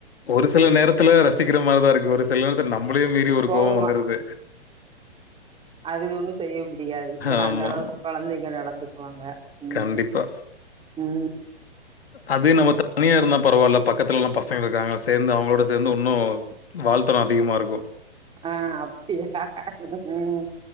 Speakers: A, on the left; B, on the right.
A: ஒரு சில நேரத்துல ரசிக்ற மார்தாருக்கு ஒரு சிலது நம்பளையு மீறி ஒரு
B: கோவமா
A: கோவோ வந்துருது
B: அதுது ஒன்னு செய்ய முடியாது ஏன்னா
A: ஆமாமா.
B: அந்தளவுக்கு கொழந்தைங்க நடந்துக்வாங்க ம்
A: கண்டிப்பா.
B: ம்
A: அது நம்ம தனியாருந்தா பரவால்ல பக்கத்லலா பச ங்ளு இருக்காங்க சேந் அவங்ளோட சேந்து உன்னு வால்த்தனோ அதிகமா இருக்கு
B: ஆ அப்டியா ம்